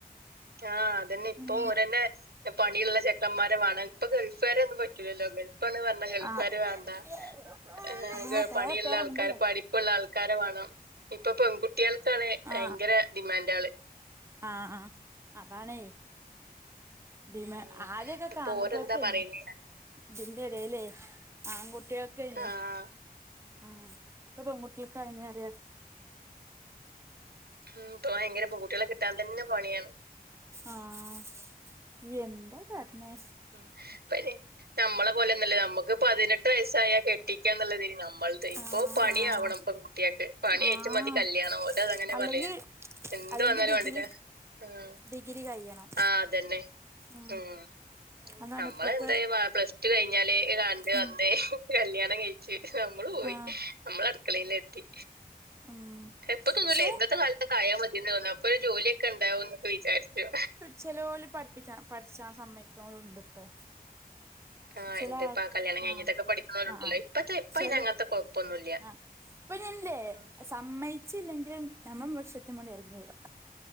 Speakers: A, on the right; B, on the right.
A: ആഹ് അതന്നെ ഇപ്പൊ
B: ഉം
A: ഓരെന്നെ പണിള്ള ചെക്കന്മാരെ വേണം ഇപ്പ ഗൾഫാരെ ഒന്നും പറ്റൂലല്ലോ ഗൾഫാണ് പർഞ്ഞാ ഗൾഫാരെ
B: ആഹ്
A: വേണ്ട
B: ആഹ്
A: ഏ്ഹ് ഗ
B: തേരെ
A: പണിള്ള
B: തേരെ
A: ആൾക്കാെര
B: മുണ്ടല്ലേ
A: പഠിപ്പ്ള്ള ആൾക്കാരെ വേണം ഇപ്പൊ പെൺകുട്ട്യാൾക്കാ
B: ആഹ്
A: ഭയങ്കര ഡിമാൻഡാള്
B: ആഹ് ആഹ് അതാണേ ഡിമാ
A: ഉം
B: അഹ് ആദ്യക്കെക്ക
A: ഇപ്പൊ
B: ആൺകുട്യാക്കേനി
A: ഓരെന്താ പറയുന്നേ
B: ഇതിന്റെ എടേലെ ആൺകുട്ട്- കുട്ട്യാക്കേയ്നി
A: ആഹ്
B: ആഹ്ഇപ്പൊ പെങ്കുട്ട്യാക്കായ്ന്അർയാ
A: ഉം ഇപ്പൊ ഭയങ്കര പെൺകുട്ടികളെ കിട്ടാൻ തന്നെ പണിയാണ്
B: ആഹ് ഇനിഎന്താ കാട്ട്ണ്
A: ഉം ഇപ്പയ്ന് നമ്മളെ പോലെയോന്നല്ല നമ്മുക്ക് പതിനെട്ട് വയസ്സായാൽ കെട്ടിക്കാന്നുള്ളതേന് നമ്മൾ ഇപ്പൊ
B: ആഹ്
A: പണി
B: ആഹ്
A: ആവണം പെൺകുട്ടിയാൾക്ക് പണിആയിട്ട്
B: ആഹ്
A: മതി കല്യാണം ഓല് അതങ്ങനെ
B: അല്ലെങ്കി
A: പറയാ എന്ത്
B: അല്ലെങ്കി
A: വന്നാലും
B: ഡിഗ്രി
A: വേണ്ടില ആഹ്
B: ഡിഗ്രി കഴിയണം
A: ആഹ് അതന്നെ
B: ഉം
A: ആഹ്
B: അതാണ്
A: നമ്മള്
B: ഇപ്പത്തെ
A: എന്തായി പ്ലസ്ടു കഴിഞ്ഞാല് കണ്ട്
B: ഉം
A: വന്ന് കല്യാണം കഴി ച്ച് നമ്മള് പോയി
B: ആഹ്
A: നമ്മള് അടുക്കളയിലെത്തി
B: ആഹ്
A: ഇപ്പൊ തോന്നൂലേ
B: പക്ഷെ
A: ഇന്നത്തെ കാലത്തൊക്കെ ആയാൽ മതിന്ന് തോന്നു അപ്പൊ ഒരു ജോലിയൊക്കെണ്ടാവോ എന്നൊക്കെ വിചാരിച്ചു
B: ചെലോല് പഠിപ്പിച്ചാ പഠിച്ചാ സമ്മയ്ക്ക്‌ണോലുണ്ട്ട്ടോ.
A: ആഹ്
B: ചെലാൾ
A: ഇണ്ട് ഇപ്പ കല്യാണം കഴിഞ്ഞിട്ടൊക്കെ
B: ആഹ്
A: പഠിക്കുന്നവരുണ്ടല്ലോ
B: അ ആഹ്
A: ഇപ്പത്തെ ഇപ്പ
B: ചെലേ
A: അയിന് അങ്ങനത്തെ കൊഴപ്പൊന്നുല്ല
B: ആഹ് ഇപ്പൊ ഞാല്ലേ
A: ഉം
B: സമ്മയിച്ല്ലെങ്കിലും നമ്മളെ വൃക്ഷത്തിമ്മൂടി ഇറങ്ങി വരാ.